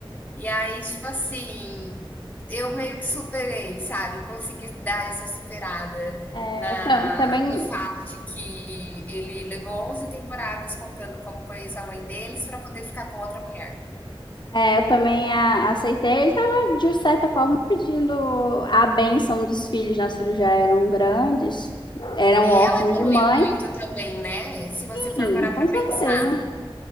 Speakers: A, on the left; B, on the left.
A: E aí, tipo assim, eu meio que superei, sabe? Consegui dar essa superada
B: É,
A: na,
B: eu ta- também,
A: no fato de que ele levou 11 temporadas contando como conhece a mãe deles para poder ficar com outra mulher.
B: é, eu também a- aceitei. Ele tava, de certa forma, pedindo a bênção dos filhos. Nossos filhos já eram grandes, eram
A: E
B: órfãos
A: ela evoluiu
B: de mãe.
A: muito também, né? Se você for
B: Sim,
A: parar
B: com
A: para
B: certeza.
A: pensar.